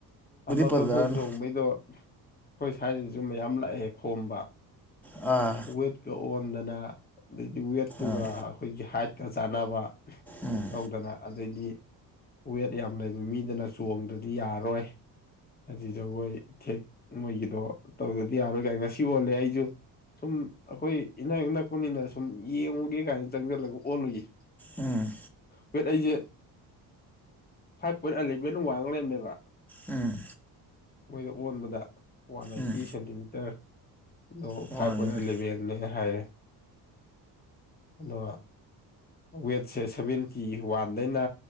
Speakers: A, on the left; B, in the centre.
A: ꯑꯃ
B: ꯄꯜꯂꯛꯑꯅꯨ
A: ꯐ ꯐꯟ ꯆꯣꯡꯕꯩꯗꯣ ꯑꯩꯈꯣꯏ ꯁ꯭ꯋꯥꯏꯗꯁꯨ ꯃꯌꯥꯝ ꯂꯥꯛꯑꯦ ꯈꯣꯝꯕ
B: ꯑꯥ
A: ꯋꯦꯠꯀ ꯑꯣꯟꯗꯅ ꯑꯗꯩꯗꯤ ꯋꯦꯠꯇꯨꯒ
B: ꯑꯥ
A: ꯑꯩꯈꯣꯏꯒꯤ ꯍꯥꯏꯠꯀ ꯆꯥꯟꯅꯕ
B: ꯎꯝ
A: ꯇꯧꯗꯅ ꯑꯗꯩꯗꯤ ꯋꯦꯠ ꯌꯥꯝ ꯂꯩꯕ ꯃꯤꯗꯅ ꯆꯣꯡꯗ꯭ꯔꯗꯤ ꯌꯥꯔꯔꯣꯏ ꯍꯥꯏꯖꯤ ꯖꯒꯣꯏ ꯊꯦꯛ ꯃꯣꯏꯒꯤꯗꯣ ꯇꯧꯗꯗꯤ ꯌꯥꯔꯣꯏ ꯀꯥꯏ ꯉꯁꯤ ꯑꯣꯜꯂꯦ ꯑꯩꯁꯨ ꯁꯨꯝ ꯑꯩꯈꯣꯏ ꯏꯅꯥꯛ ꯑꯛ ꯅꯛꯄꯅꯤꯅ ꯁꯨꯝ ꯌꯦꯡꯉꯨꯒꯦ ꯀꯥꯏꯅ ꯆꯪꯁꯤꯜꯂꯒ ꯑꯣꯜꯂꯨꯏ
B: ꯎꯝ
A: ꯋꯦꯠ ꯑꯩꯁꯦ ꯐꯥꯏꯚ ꯄꯣꯏꯟ ꯑꯦꯂꯚꯦꯟ ꯋꯥꯡ ꯂꯩꯔꯝꯃꯦꯕ꯫
B: ꯎꯝ꯫
A: ꯃꯣꯏꯗ ꯑꯣꯟꯕꯗ ꯋꯥꯟ ꯑꯥꯏꯠꯇꯤ
B: ꯎꯝ
A: ꯁꯦꯟꯇꯤꯃꯤꯇꯔ ꯗꯣ
B: ꯋꯥꯡꯉꯤꯅꯦ
A: ꯐꯥꯏꯚ ꯏꯚꯦꯜꯅꯦ ꯍꯥꯏꯔꯦ ꯑꯗꯨꯒ ꯋꯦꯠꯁꯦ ꯁꯚꯦꯟꯇꯤ ꯋꯥꯟꯗꯩꯅ꯫